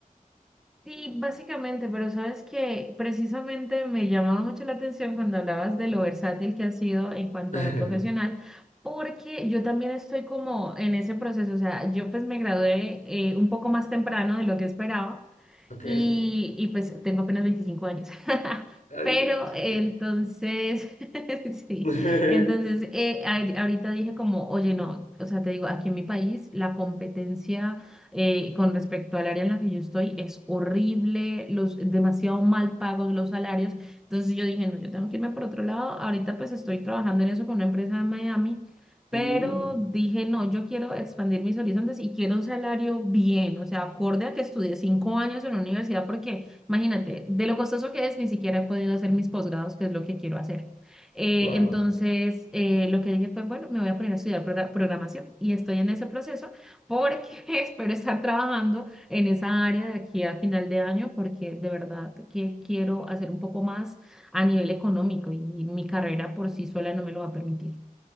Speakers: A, in the centre; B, on the left.
A: sí, básicamente, pero sabes que precisamente me llamaba mucho la atención cuando hablabas de lo versátil que has sido en cuanto
B: <laughs>
A: a lo profesional, porque yo también estoy como en ese proceso, o sea, yo pues me gradué eh, un poco más temprano de lo que esperaba.
B: ¿Ok?
A: y, y pues tengo apenas 25 años. <laughs>
B: Ay,
A: Pero
B: chique.
A: entonces, <laughs> sí,
B: <laughs>
A: entonces eh, a- ahorita dije como, oye, no, o sea, te digo, aquí en mi país la competencia eh, con respecto al área en la que yo estoy es horrible, los demasiado mal pagos los salarios. Entonces yo dije, no, yo tengo que irme por otro lado. Ahorita pues estoy trabajando en eso con una empresa de Miami pero
B: Mm,
A: dije, no, yo quiero expandir mis horizontes y quiero un salario bien, o sea, acorde a que estudié cinco años en la universidad, porque imagínate, de lo costoso que es, ni siquiera he podido hacer mis posgrados, que es lo que quiero hacer. Eh,
B: wow.
A: entonces, eh, lo que dije fue, bueno, me voy a poner a estudiar progra- programación y estoy en ese proceso porque <laughs> espero estar trabajando en esa área de aquí a final de año, porque de verdad que quiero hacer un poco más a nivel económico y mi carrera por sí sola no me lo va a permitir.